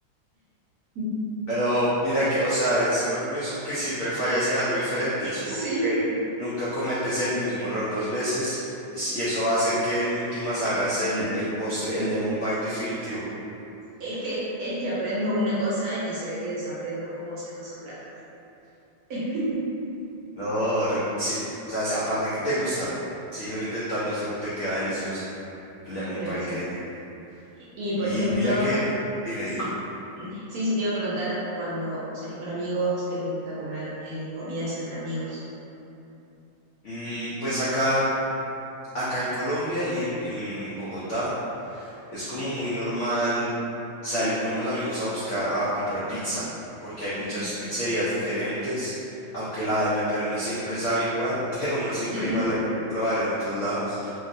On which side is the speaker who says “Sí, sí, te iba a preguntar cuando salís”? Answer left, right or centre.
Right